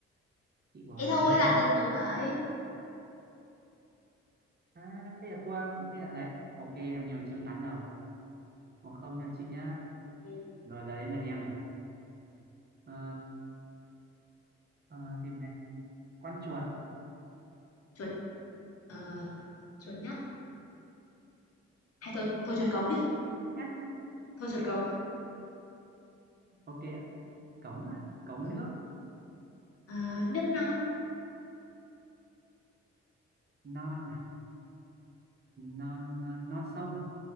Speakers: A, on the left; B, on the right.
A: <laughs>
B: chị bò
A: Thế thôi,
B: ơi
A: làm đợt mới vậy.
B: à, thế là thua thế là đấy ok em nhường chị bán đầu một không cho chị nhá
A: Ok,
B: rồi giờ đến lượt em này ờ, ờ, xem này con chuột
A: Chuột, ờ, chuột nhắt. Hay thôi, thôi chuột cống đi.
B: nhá
A: Thôi chuột cống.
B: ok ạ cống à cống
A: Ừ.
B: nước
A: À, nước non,
B: non à non à, non sông